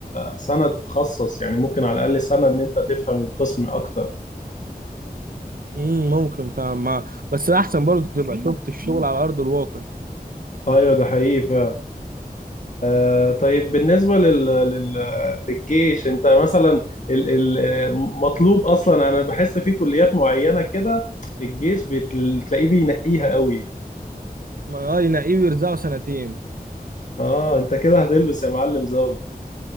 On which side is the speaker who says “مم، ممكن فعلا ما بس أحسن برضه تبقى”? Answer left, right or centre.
Right